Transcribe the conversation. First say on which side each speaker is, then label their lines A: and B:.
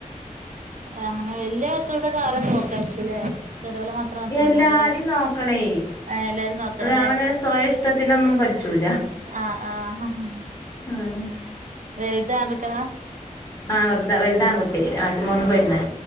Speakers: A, on the right; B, on the left.
A: അങ്ങനെ വലിയ കുട്ടികളെതൊക്കെ അവരെന്നെ നോക്കായിരിക്കല്ലേ ചെറിയോലെ മാത്രം നോക്കിയാ
B: എല്ലാരിയും
A: മതിയാവൂല്ലേ
B: നോക്കണേ
A: ഏഹ് എല്ലാരും നോക്കണല്ലേ
B: അവനെ സ്വയം ഇഷ്ടത്തിനൊന്നും പഠിച്ചൂല
A: ആഹ് ആഹ്
B: ആഹ്
A: വെൽത് ആൺകുട്ടികള
B: ആഹ് വെറുത വലുത് ആൺകുട്ടി ബാക്കി മൂന്നും പെണ്ണ്